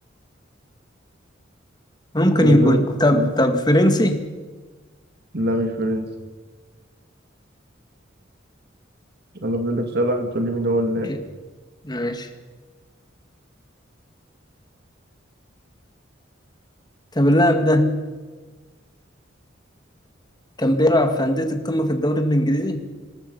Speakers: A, on the left; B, on the right.
A: ممكن
B: يلا
A: يكون
B: فاضل لك
A: طب
B: سؤالين
A: طب فرنسي
B: لا مش فرنسي يلا فاضل لك سؤال واحد تقول لي مين هو اللاعب
A: اوكي ماشي طب اللاعب ده كان بيلعب في أندية القمة في الدوري الإنجليزي